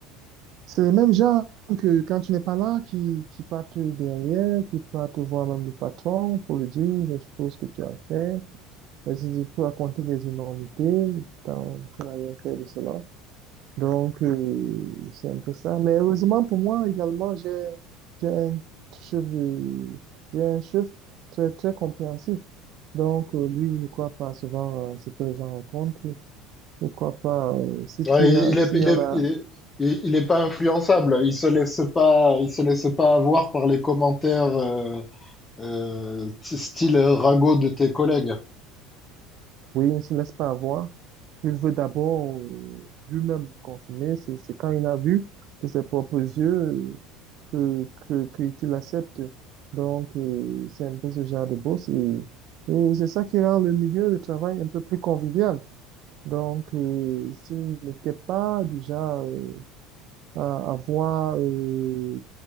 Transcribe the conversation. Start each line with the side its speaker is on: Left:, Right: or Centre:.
Right: c'est le même genre que quand tu n'es pas là, qui, qui partent derrière, qui partent voir même le patron pour lui dire les choses que tu as fait, et si tu peux raconter des énormités, tant tu n'as rien fait de cela. Donc, euh, c'est un peu ça. Mais heureusement pour moi également, j'ai, j'ai un chef de, j'ai un chef très, très compréhensif. Donc, euh, lui, il ne croit pas souvent à ce que les gens rencontrent. Il ne croit pas, euh, si
Left: Ouais,
Right: tu
Left: il,
Right: as,
Left: il
Right: si
Left: est, il
Right: on
Left: est,
Right: a,
Left: il est, il- il est pas influençable. Il se laisse pas, il se laisse pas avoir par les commentaires euh, euh, t- style ragot de tes collègues.
Right: oui, il ne se laisse pas avoir. Il veut d'abord euh, lui-même consommer. C'est, c'est quand il a vu de ses propres yeux que, que, que, qu'il accepte. Donc, euh, c'est un peu ce genre de boss et, et c'est ça qui rend le milieu de travail un peu plus convivial. Donc, euh, s'il n'était pas du genre euh, à avoir, euh,